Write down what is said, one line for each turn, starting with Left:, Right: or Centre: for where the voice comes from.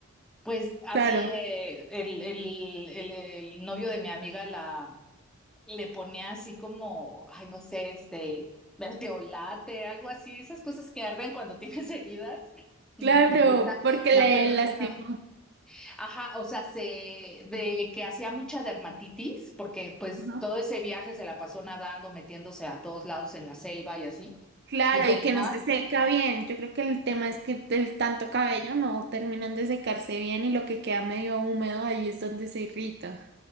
Centre: Pues así
Right: Claro,
Centre: eh, el, el, el, el novio de mi amiga la le ponía así como, ay, no sé, este, verteolate, algo así, esas cosas que arden cuando tienes <laughs> heridas. Y
Right: claro,
Centre: la perrita,
Right: porque
Centre: la
Right: le
Centre: perrita,
Right: lastimó.
Centre: ajá, o sea, se, de que hacía mucha dermatitis, porque pues
Right: Ajá.
Centre: todo ese viaje se la pasó nadando, metiéndose a todos lados en la selva y así,
Right: Claro,
Centre: y en el
Right: y que
Centre: mar.
Right: no se seca bien. Yo creo que el tema es que el tanto cabello no terminan de secarse bien y lo que queda medio húmedo ahí es donde se irrita.